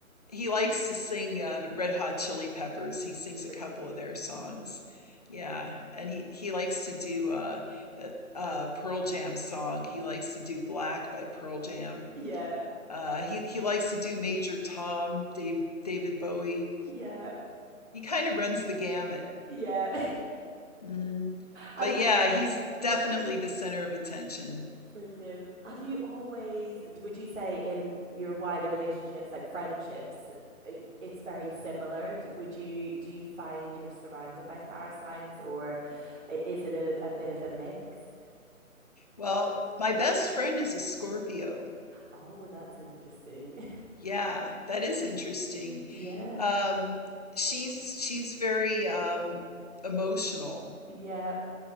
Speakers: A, on the left; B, on the right.
A: He likes to sing uh, the Red Hot Chili Peppers. He sings
B: Brilliant.
A: a couple of their songs. Yeah, and he he likes to do uh, uh uh, Pearl Jam song. He likes to do Black by Pearl Jam.
B: Yeah.
A: Uh he he likes to do Major Tom, Dave David Bowie.
B: Yeah.
A: He kind of runs the gamut.
B: Yeah.
A: hmm
B: <laughs> And
A: But yeah, he's definitely the center of attention.
B: brilliant. Have you always, would you say in your wider relationships, like friendships, i- it's very similar? D- Would you, do you find you're surrounded by fire signs or i- is it a, a bit of a mix?
A: Well, my best friend is a Scorpio.
B: Oh, that's interesting. <laughs>
A: Yeah, that is interesting.
B: Yeah.
A: Um, she's she's very um, emotional.
B: Yeah.